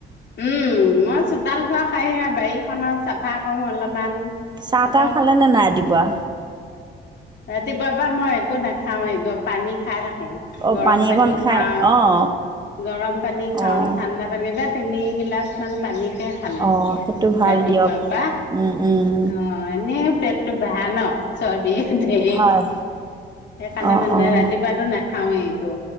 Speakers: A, on the left (about 60°); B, on the right (about 20°).
A: উম মই চোতাল চোতাল সাৰি আও বাৰীখনত চাফা কৰো অলপমান
B: চাহ
A: আকৌ
B: তাহ খালে নে নাই ৰাতি পুৱাহ
A: ৰাতিপুৱাবা মই একো নাখাওয়েই পানী খাই থাকো
B: অঁ
A: গৰম পানী
B: অকণ খাই
A: খাওঁ
B: অঁ
A: গৰম পানী খাওঁ
B: অঁ
A: ঠাণ্ডা পানী যে তিনি গিলাচমান পানী কে খালো
B: অ', সেইটো ভাল
A: ৰাতিপুৱাৰ
B: দিয়ক।
A: পা
B: উম, উম,
A: অ এনে পেটটো বেহা ন চৰ্বি ঢেই সেইকাৰণে
B: হয়। অ',
A: মানে
B: অ',
A: ৰাতিপুৱাটো না খাওৱেই একো